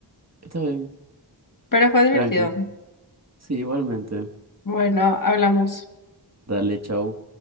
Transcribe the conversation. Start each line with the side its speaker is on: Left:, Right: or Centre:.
Right: está bien.
Left: Pero fue divertido.
Right: Tranqui. Sí, igualmente.
Left: Bueno, hablamos.
Right: Dale, chao.